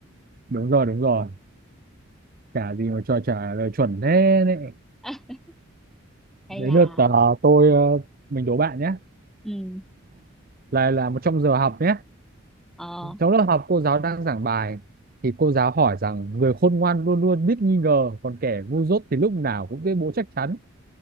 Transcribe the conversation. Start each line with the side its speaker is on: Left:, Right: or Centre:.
Right: đúng rồi đúng rồi chả gì mà cho trả lời chuẩn thế đấy
Centre: <laughs> à, hay
Right: đấy
Centre: là
Right: lượt ờ, tôi ờ, mình đố bạn nhé
Centre: ừ
Right: là là một trong giờ học nhé
Centre: ờ
Right: trong lớp học cô giáo đang giảng bài thì cô giáo hỏi rằng người khôn ngoan luôn luôn biết nghi ngờ còn kẻ ngu dốt thì lúc nào cũng tuyên bố chắc chắn